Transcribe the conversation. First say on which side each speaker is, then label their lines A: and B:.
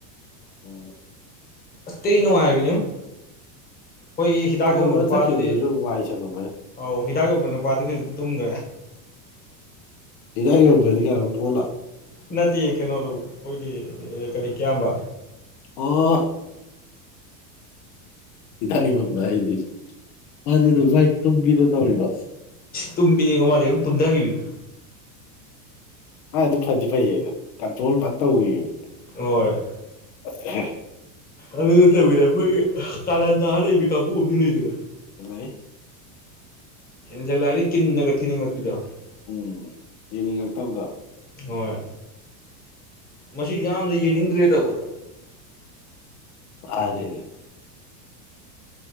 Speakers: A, on the left (about 60°); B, on the left (about 20°).
A: ꯎꯝ
B: ꯑꯁ ꯊꯤ ꯅꯨꯡꯉꯥꯏꯕꯤꯅꯤꯉꯣ ꯈꯣꯏꯒꯤ ꯍꯤꯗꯥꯛ
A: ꯊꯣꯡꯉ
B: ꯌꯣꯟꯕ ꯅꯨꯄꯥꯗꯨꯗꯤ
A: ꯆꯠꯈꯤꯕꯗꯨꯅ ꯋꯥꯏ ꯁꯪꯉꯝꯃꯅꯤ
B: ꯑꯧ ꯍꯤꯗꯥꯛ ꯌꯣꯟꯕ ꯅꯨꯄꯥꯗꯨꯗꯤ ꯑꯗꯨꯝ ꯇꯨꯝꯒ꯭ꯔꯦ꯫
A: ꯍꯤꯗꯥꯛ ꯌꯣꯟꯕꯗꯤ ꯀꯥꯟꯅꯣ ꯄꯣꯟꯂ꯫
B: ꯅꯠꯇꯦ ꯀꯩꯅꯣꯗꯣ ꯈꯣꯏꯒꯤ ꯀꯔꯤ ꯀꯤꯌꯥꯝꯕ꯫
A: ꯑꯣ ꯍꯤꯗꯥꯛ ꯌꯣꯟꯕ ꯍꯥꯏꯗꯤ ꯃꯥꯗꯤ ꯅꯨꯐꯥꯢ ꯇꯨꯝꯕꯤꯗꯣ ꯇꯧꯔꯤꯕꯣ꯫
B: ꯇꯨꯝꯕꯤꯅꯤꯉꯣ ꯃꯥꯗꯤ ꯑꯗꯨꯝ ꯇꯨꯝꯗꯒꯤꯕꯤꯅꯤ꯫
A: ꯃꯥꯏ ꯑꯗꯨ ꯐꯗꯤ ꯐꯩꯌꯦꯗ ꯀꯟꯇ꯭ꯔꯣꯜ ꯐꯖꯅ ꯇꯧꯏꯕ꯫
B: ꯑꯣꯏ
A: ꯑꯦ ꯍꯩ
B: ꯑꯗꯨ ꯅꯠꯇꯕꯤꯗ ꯑꯩꯈꯣꯏꯒꯤ ꯀꯥꯔꯟ ꯇꯥ ꯂꯩꯕꯤ ꯀꯥꯡꯒꯨ ꯑꯃꯁꯨ ꯂꯩꯗꯅ꯫
A: ꯂꯩ
B: ꯌꯦꯟꯖꯤꯜꯂꯛꯑꯗꯤ ꯀꯤꯟꯅꯒ ꯊꯤꯅꯤꯡꯉꯛꯄꯤꯗꯣ꯫
A: ꯎꯝ ꯌꯦꯡꯅꯤꯡꯉꯛꯇꯕꯤꯗꯣ꯫
B: ꯍꯣꯏ ꯃꯁꯤ ꯌꯥꯝꯅ ꯌꯦꯡꯅꯤꯡꯗ꯭ꯔꯦ ꯇꯧꯕꯗꯣ
A: ꯃꯥꯅꯤꯅꯦ